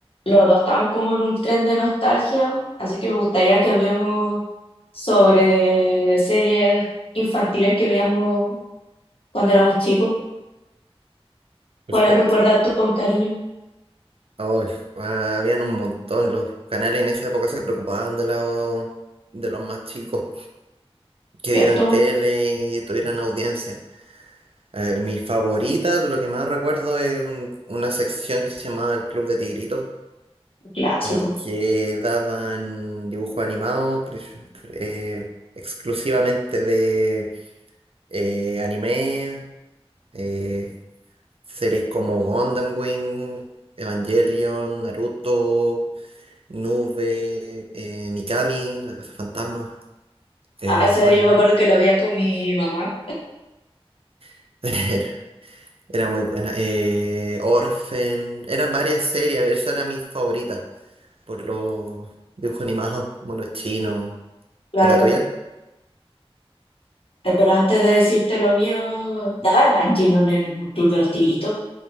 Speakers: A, on the left; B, on the right.
A: Los dos estamos como en un tren de nostalgia, así que me gustaría que hablemos sobre series infantiles que veíamos cuando éramos chicos.
B: Perfecto.
A: ¿Cuáles recuerdas tú con cariño?
B: Ay, ah, habían un montón. Los canales en esa época se preocupaban de los, de los más chicos, que
A: ¿Cierto?
B: vieran tele y tuvieran audiencia. A ver, mi favorita, lo que más recuerdo es un- una sección que se llamaba El Club de Tigritos,
A: Un Clásico.
B: porque daban dibujos animados pri- eh, exclusivamente de eh, anime, eh, series como Gundam Wing, Evangelion, Naruto. Nube, eh, Mikami, La Casa Fantasma, eh,
A: Ah, eso
B: ¿cuál
A: yo
B: más?
A: me acuerdo que lo veía con mi mamá,
B: <laughs> Era, era muy buena. eh, Orphan, eran varias series, esa era mi favorita, por los dibujos animados, monos chinos.
A: claro.
B: ¿Y la tuya?
A: Eh, Pero antes de decirte lo mío, daba Evangelion en el Club de los Tigritos.